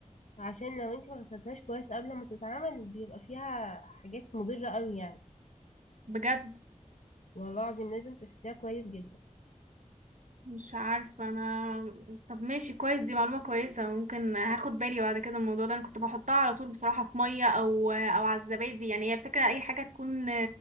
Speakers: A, on the left; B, on the right.
A: عشان لو انتي ما غسلتهاش كويس قبل ما تتعمل بيبقى فيها حاجات مضره قوي يعني
B: بجد
A: والله العظيم لازم تغسليها كويس جدا
B: مش عارفة انا طب ماشي كويس دي معلومة كويسة ممكن هاخد بالي بعد كده من الموضوع ده انا كنت بحطها على طول بصراحة في مية او او على الزبادي يعني هي الفكرة اي حاجة تكون